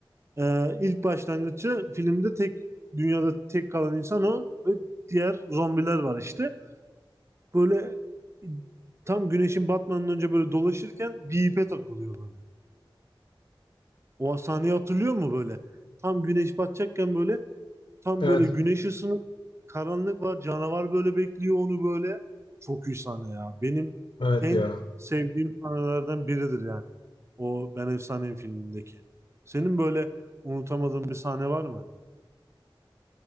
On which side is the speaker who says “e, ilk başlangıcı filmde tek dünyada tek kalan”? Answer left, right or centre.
Right